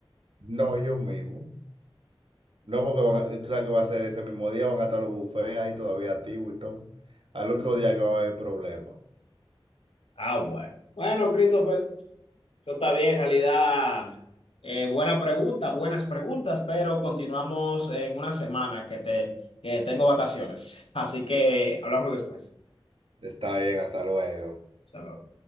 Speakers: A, on the right; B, on the left.
A: No, yo mismo. No, porque van a- tú sabes que va a ser ese mismo día, van a estar los bufés ahí todavía activos y todo. Al otro día que va a haber problemas.
B: Ah, bueno. Bueno, Christopher. Eso está bien, en realidad. eh, buena pregunta, buenas preguntas, pero continuamos en una semana que te, que tengo vacaciones. <laughs> Así que hablamos después.
A: Está bien, hasta luego.
B: Hasta luego.